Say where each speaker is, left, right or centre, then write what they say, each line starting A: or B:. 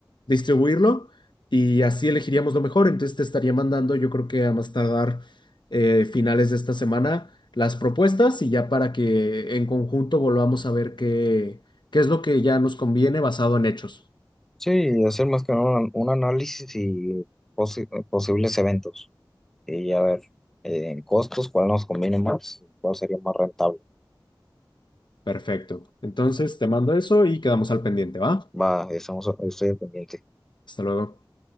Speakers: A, on the left (about 70°); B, in the centre.
A: distribuirlo y así elegiríamos lo mejor. Entonces, te estaría mandando, yo creo que a más tardar eh, finales de esta semana, las propuestas y ya para que en conjunto volvamos a ver qué, qué es lo que ya nos conviene basado en hechos.
B: Sí, hacer más que nada un, un análisis y posi- posibles eventos y a ver eh, en costos cuál nos conviene más, y cuál sería más rentable.
A: Perfecto. Entonces, te mando eso y quedamos al pendiente, ¿va?
B: Va, estamos, estoy al pendiente.
A: Hasta luego.